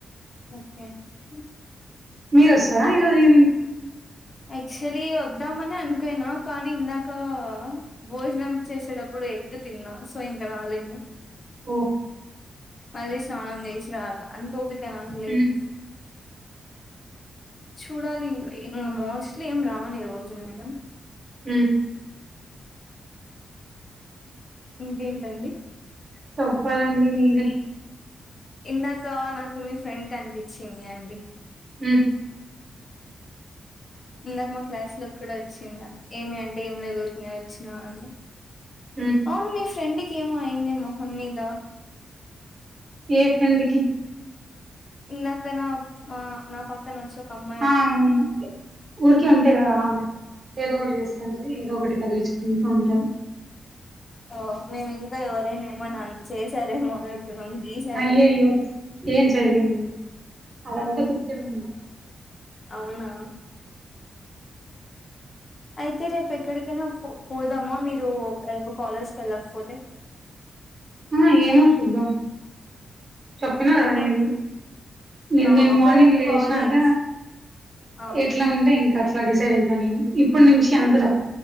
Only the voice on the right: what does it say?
మీరు వస్తారా ఈ రోజు ఈవినింగ్?
ఓ
మ్మ్
హ
చెప్పాలండి మీరే
ఉ
మ్మ్
ఏ ఫ్రెండ్కి?
ఆ అవును ఊరికే ఉంటే కదా ఆమె ఏదో ఒకటి చేస్తు ఉంటుంది. ఏదో ఒకటి తగిలించుకుంటూ ఉంటాది.
అయ్యయ్యో ఏం చెయలేది అదంతా త తెరు ఉన్నా
ఆహ ఏమో చూద్దాం చెప్పినా కదా
నేను నేను
నేను
మార్నింగ్
లేసినాక
ఎట్లా ఉంటే ఇంకా అలా డిసైడ్ అయితా నేను ఇప్పుడు నుంచి అందరం